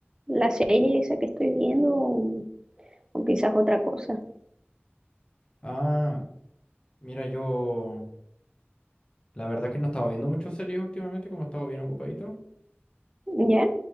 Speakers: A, on the right; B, on the left.
A: la serie esa que estoy viendo o, o quizás otra cosa.
B: Ah, mira, yo la verdad es que no estaba viendo muchas series últimamente, como he estado bien ocupadito,
A: ¿Ya?